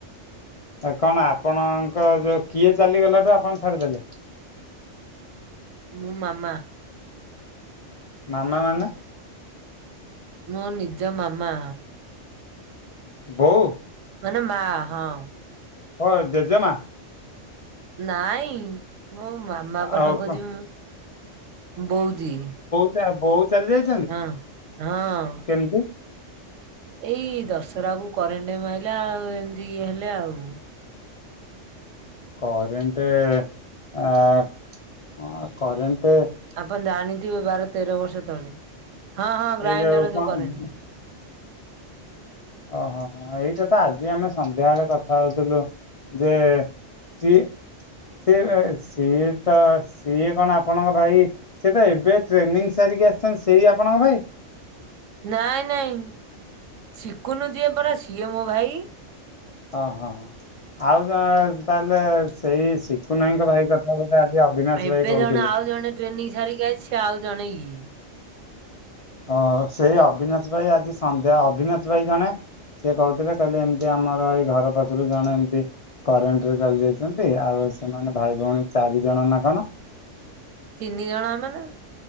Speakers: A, on the left (about 45°); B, on the right (about 85°).
A: ଆ କଣ ଆପଣଙ୍କ ଯୋଉ କିଏ ଚାଲିଗଲାଠୁ ଆପଣ ଛାଡ଼ିଦେଲେ?
B: ମୁଁ ମାମା।
A: ମାମାମାନେ।
B: ମୁଁ ନିଜ ମାମା।
A: ବୋଉ।
B: ମାନେ ମା ହଁ।
A: ହଁ, ଜେଜେମା।
B: ନାଇଁ ମୁଁ ମାମା ପରା
A: ଆଉ
B: କହଉଛି।
A: କଣ
B: ମୁଁ ବୋଉଜୀ।
A: ତା ବୋଉ ଚାଲିଯାଇ
B: ଆଁ ହଁ।
A: କେମିତି?
B: ଏଇ ଦଶହରାକୁ କରେଣ୍ଟ ମାଇଲା ଆଉ। ଏମିତି ଇଏ ହେଲେ ଆଉ।
A: କରେଣ୍ଟେ ଆଁ ହଁ କରେଣ୍ଟେ।
B: ଆପଣ ଜାଣିଥିବେ ବାର, ତେର ବର୍ଷ ତଳେ। ହଁ, ହଁ ଗ୍ରାଇଣ୍ଡର
A: ଏଇ କଣ
B: ଯୋଉ କରେଣ୍ଟେ।
A: ଓହୋ ହୋ ହୋ, ଏଇଟା ତ ଆଜି ଆମେ ସନ୍ଧ୍ୟା ବେଳେ କଥା ହଉଥିଲୁ ଯେ ସିଏ -ସେ - ସିଏ ତ ସିଏ କଣ ଆପଣଙ୍କ ଭାଇ ସେ ତ ଏବେ ଟ୍ରେନିଂ ସାରିକି ଆସିଛନ୍ତି ସେଇ ଆପଣଙ୍କ ଭାଇ?
B: ନାଇଁ, ନାଇଁ ସିକୁନୁ ଯିଏ ପରା ସିଏ ମୋ ଭାଇ।
A: ଅହଁ- ହଁ -ହଁ, ଆଉ ଯାହା ତାହେଲେ ସେଇ ସିକୁନୁ ଭାଇଙ୍କ ଭାଇ କଥା ବୋଧେ ଆଜି ଅବିନାଶ
B: ଏବେ
A: ଭାଇ କହୁଥିଲେ।
B: ଜଣେ ଆଉ ଜଣେ ଟ୍ରେନିଂ ସାରିକି ଆଇଚି ସିଏ ଆଉ ଜଣେ ଇଏ।
A: ହଁ ସେଇ ଅବିନାଶ ଭାଇ ଆଜି ସନ୍ଧ୍ୟା ଅବିନାଶ ଭାଇ ଜଣେ ସିଏ କହୁଥିଲେ କହିଲେ ଏମିତି ଆମର ଏଇ ଘର ପାଖରୁ ଜଣେ ଏମତି କରେଣ୍ଟରେ ଜଳି ଯାଇଛନ୍ତି। ଆଉ ସେମାନେ ଭାଇ ଭଉଣୀ ଚାରିଜଣ ନା କଣ?
B: ତିନି ଜଣ ଆମେ ନା।